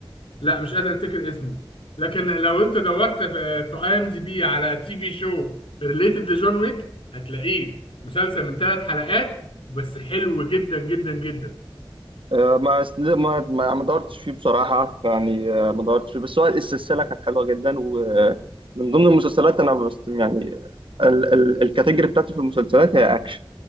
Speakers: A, on the left (about 85°); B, on the right (about 70°).
A: لا مش قادر افتكر اسمه لكن لو انت دورت في اي ام دي بي على تي في شو ريليتد لجون ويك هتلاقيه مسلسل من ثلاث حلقات بس حلو جدا جدا جدا
B: آه، ما أصل- ما ما ما دورتش فيه بصراحة يعني آه، ما دورتش فيه بس هو السلسلة كانت حلوة جدا ومن ضمن المسلسلات أنا بس يعني ال ال الكاتيجوري بتاعتي في المسلسلات هي أكشن